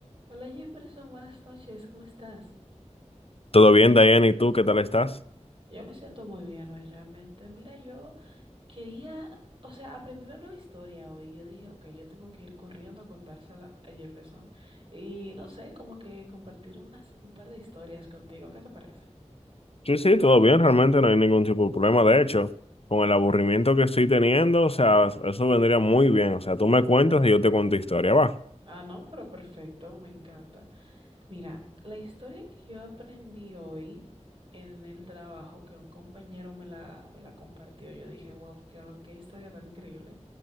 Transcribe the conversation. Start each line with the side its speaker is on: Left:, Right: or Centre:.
Right: Hola Jefferson, buenas noches, ¿cómo estás?
Left: Todo bien, Diana, ¿y tú qué tal estás?
Right: Yo me siento muy bien hoy realmente. Mira, yo quería, o sea, aprendí una nueva historia hoy. Yo dije, ok, yo tengo que ir corriendo a contársela a Jefferson. Y no sé, como que compartir unas, un par de historias contigo, ¿qué te parece?
Left: Sí, sí, todo bien, realmente no hay ningún tipo de problema. De hecho, con el aburrimiento que estoy teniendo, o sea, eso vendría muy bien. O sea, tú me cuentas y yo te cuento historia, va.
Right: Ah, no, pero perfecto, me encanta. Mira, la historia que yo aprendí hoy en el trabajo, que un compañero me la, me la compartió, yo dije, wow, qué, qué historia tan increíble,